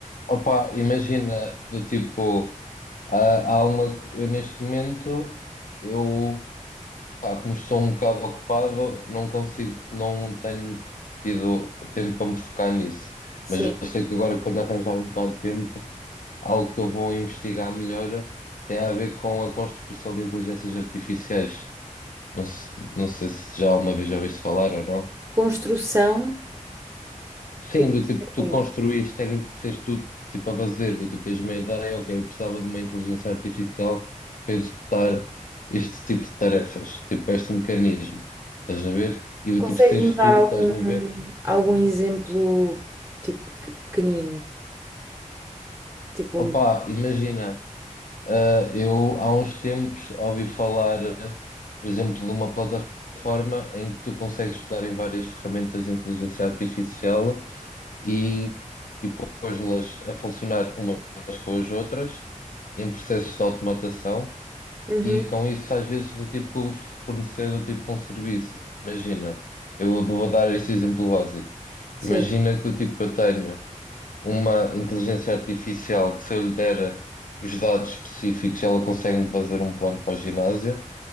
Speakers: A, on the left; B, on the right.
A: Opa, imagina do tipo, ah, há uma, eu neste momento, eu Pá, como estou um bocado ocupado, não consigo, não tenho tido tempo para me focar nisso.
B: sim,
A: Mas eu sei que agora, quando arranjar um bocado de tempo, algo que eu vou investigar melhor tem a ver com a construção de inteligências artificiais. Não, se- não sei se já alguma vez já ouviste falar ou não.
B: construção. O que
A: Sim,
B: é que
A: do
B: queres
A: tipo,
B: dizer com
A: tu
B: isso?
A: construíste, tecnicamente, tu, tipo, a fazer, do tipo, tens uma ideia, ok, eu precisava de uma inteligência artificial para executar este tipo de tarefas, tipo, este mecanismo, estás a ver? E do
B: Consegues-me
A: tipo, seres
B: dar
A: tu,
B: algum,
A: estás a ver?
B: algum exemplo, tipo, que- pequenino? Tipo,
A: Opa,
B: um
A: imagina, ah, eu há uns tempos ouvi falar, ah, por exemplo, de uma plataforma em que tu consegues pegar em várias ferramentas de inteligência artificial e, e pôs-las a funcionar umas com as outras em processos de automatação
B: Uhum,
A: e com isso às vezes do tipo fornecer do tipo um serviço. Imagina, eu vou dar este exemplo básico.
B: Sim.
A: Imagina que do tipo que eu tenho uma inteligência artificial que se eu lhe der os dados específicos, ela consegue-me fazer um plano para o ginásio